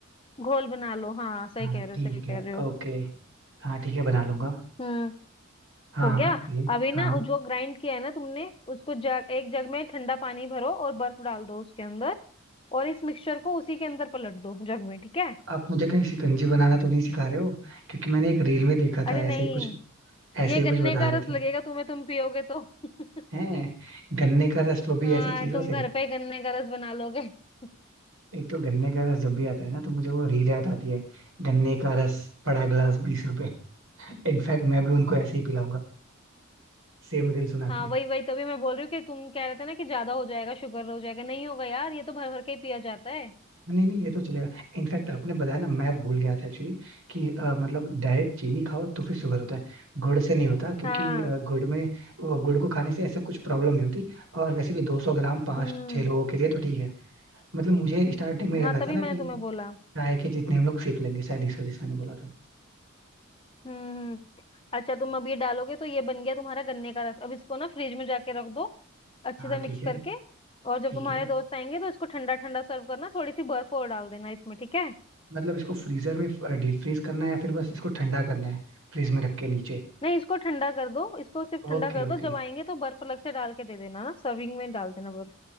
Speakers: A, on the left; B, on the right.
A: घोल बना लो हाँ सही
B: हाँ
A: कह रहे हो
B: ठीक
A: सही कह
B: है
A: रहे हो
B: ओके हाँ ठीक है बना लूंगा
A: हम्म
B: हाँ
A: हो गया
B: हाँ फिर
A: अभी ना
B: हाँ
A: जो ग्राइंड किया है ना तुमने उसको जग एक जग में ठंडा पानी भरो और बर्फ डाल दो उसके अंदर और इस मिक्सचर को उसी के अंदर पलट दो जग में ठीक है
B: आप मुझे कहीं शिकंजी बनाना तो नहीं सिखा रहे हो क्योंकि मैंने एक रील में देखा
A: अरे
B: था
A: नहीं
B: ऐसे ही कुछ ऐसे
A: ये
B: ही
A: गन्ने
B: कुछ बता
A: का
B: रहे
A: रस
B: थे
A: लगेगा तुम्हें तुम पियोगे तो <laughs>
B: हैं गन्ने का रस वो
A: हाँ
B: भी ऐसी चीजों
A: तुम
B: से
A: घर पे ही गन्ने का रस बना लोगे <laughs>
B: एक तो गन्ने का रस जब भी आता है ना तो मुझे वो रील याद आती है गन्ने का रस बड़ा ग्लास बीस रुपए इनफैक्ट मैं भी उनको ऐसे ही पिलाऊंगा सेम रील सुना
A: हाँ
B: के
A: वही वही तभी मैं बोल रही हूँ कि तुम कह रहे थे ना कि ज्यादा हो जाएगा शुगर हो जाएगा नहीं होगा यार ये तो भर भर के ही पिया जाता है
B: नहीं नहीं ये तो चलेगा इनफैक्ट आपने बताया ना मैं भूल गया था एक्चुअली कि अ, मतलब डायरेक्ट चीनी खाओ तो फिर शुगर होता है गुड़ से नहीं होता क्योंकि
A: हाँ
B: अ, गुड़ में वो गुड़ को खाने से ऐसे कुछ प्रॉब्लम नहीं होती और वैसे भी 200 ग्राम पाँच
A: हम्म
B: छह लोगों के लिए तो ठीक है मतलब मुझे स्टार्टिंग में ही
A: हाँ
B: लगा
A: तभी
B: था ना
A: मैंने
B: कि
A: तुम्हें बोला
B: ट्राई के जितने हम लोग सिप लेंगे शायद इस वजह से मैंने बोला था
A: हम्म हम्म अच्छा तुम अब ये डालोगे तो ये बन गया तुम्हारा गन्ने का रस अब इसको ना फ्रिज में जाके रख दो अच्छे
B: हाँ
A: से मिक्स
B: ठीक है
A: करके और जब
B: ठीक
A: तुम्हारे
B: है
A: दोस्त आएंगे तो इसको ठंडा ठंडा सर्व करना थोड़ी सी बर्फ और डाल देना इसमें ठीक है
B: मतलब इसको फ्रीजर में डीप फ्रीज करना है या फिर बस इसको ठंडा करना है फ्रीज में रख के नीचे
A: नहीं इसको ठंडा कर दो इसको सिर्फ ठंडा
B: ओके
A: कर
B: ओके
A: दो जब आएंगे तो बर्फ अलग से डाल के दे देना ना सर्विंग में डाल देना बर्फ